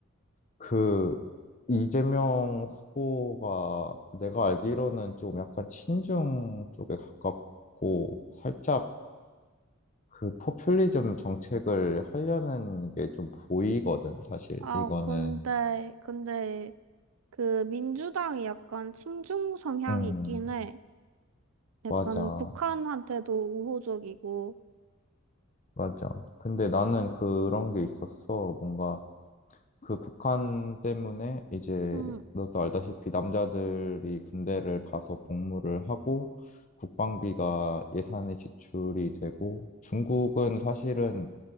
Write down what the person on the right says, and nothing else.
아,
근데, 근데, 그, 민주당이 약간 친중 성향이
있긴 해. 약간
북한한테도 우호적이고,
음,